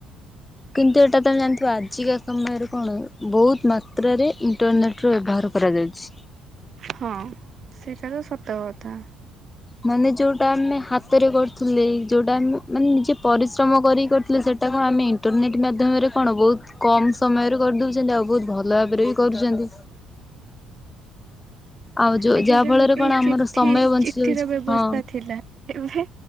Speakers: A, on the left; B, on the right.
A: କିନ୍ତୁ ଏଇଟା ତ ଆମେ ଜାଣିଥିବା ଆଜିକା ସମୟରେ କଣ ବହୁତ ମାତ୍ରାରେ ଇଣ୍ଟରନେଟ ର ବ୍ୟବହାର ପ୍ରଦତି
B: ହଁ ସେଇଟା ତ ସତ କଥା
A: ମାନେ ଯୋଉଟା ଆମେ ହାତରେ କରୁଥିଲେ ଯୋଉଟା ଆମେ ମାନେ ନିଜେ ପରିଶ୍ରମ କରିକି କରୁଥିଲେ ସେଟାକୁ ଆମେ ଇଣ୍ଟରନେଟ୍ ମାଧ୍ୟମରେ କଣ ବହୁତ କମ ସମୟରେ କରିଦେଉଛନ୍ତି ଆଉ ବହୁତ ଭଲ ଭାବରେ ବି କରୁଛନ୍ତି ଆଉ ଯୋଉ
B: ଆଗେ
A: ଯାହା
B: ଯେମିତି
A: ଫଳରେ କଣ ଆମର
B: ଚିଠି
A: ସମୟ ବଞ୍ଚି
B: ଚିଠିର
A: ଯାଉଛି
B: ବ୍ୟବସ୍ଥା
A: ହଁ
B: ଥିଲା ଏବେ